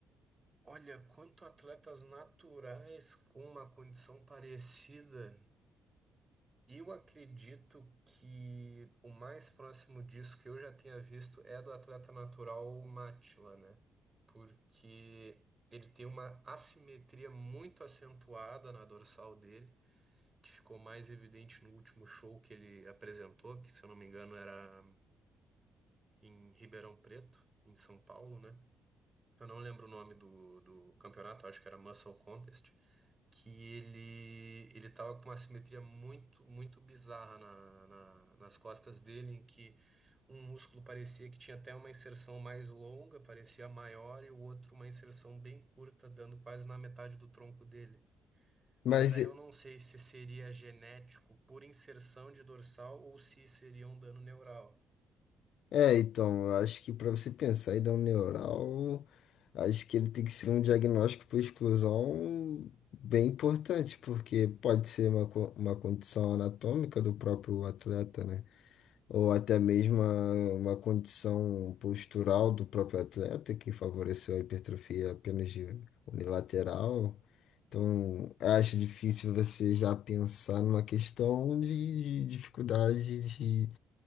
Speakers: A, on the right (about 25°); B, on the left (about 75°).
A: Olha, quanto atletas naturais com uma condição parecida, eu acredito que o mais próximo disso que eu já tenha visto é do atleta natural Mátila, né? Porque ele tem uma assimetria muito acentuada na dorsal dele, que ficou mais evidente no último show que ele apresentou, que se eu não me engano era em Ribeirão Preto, em São Paulo, né? Eu não lembro o nome do, do campeonato, acho que era Muscle Contest. que ele ele tava com uma simetria muito muito bizarra na, na- nas costas dele, em que um músculo parecia que tinha até uma inserção mais longa, parecia maior, e o outro uma inserção bem curta, dando quase na metade do tronco dele.
B: Mas,
A: Mas aí
B: é,
A: eu não sei se seria genético por inserção de dorsal ou se seria um dano neural.
B: é, então, eu acho que para você pensar em dar um neural, acho que ele tem que ser um diagnóstico por exclusão bem importante, porque pode ser uma, co- uma condição anatômica do próprio atleta, né? ou até mesmo a- uma condição postural do próprio atleta que favoreceu a hipertrofia apenas de unilateral. Então, eu acho difícil você já pensar numa questão de, de dificuldade de,